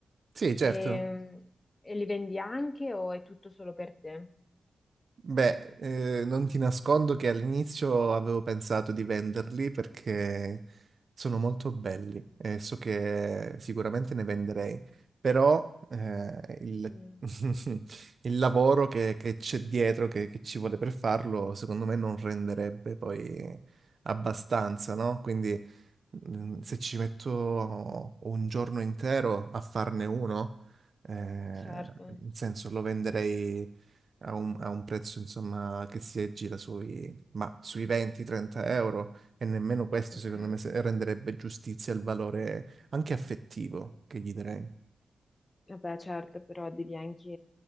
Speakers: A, on the right (about 45°); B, on the left (about 25°).
A: sì, certo.
B: E, e li vendi anche o è tutto solo per te?
A: Beh, eh, non ti nascondo che all'inizio avevo pensato di venderli perché sono molto belli e so che sicuramente ne venderei, però eh, il,
B: Mm,
A: <laughs> il lavoro che che c'è dietro, che, che ci vuole per farlo, secondo me non renderebbe poi abbastanza, no? Quindi mm, se ci metto un giorno intero a farne uno, eh, nel
B: Certo,
A: senso lo venderei a un, a un prezzo insomma che si aggira sui, ma sui 20-30 euro e nemmeno questo
B: ok.
A: secondo me se- renderebbe giustizia al valore anche affettivo che gli darei.
B: Vabbè, certo, però devi anche...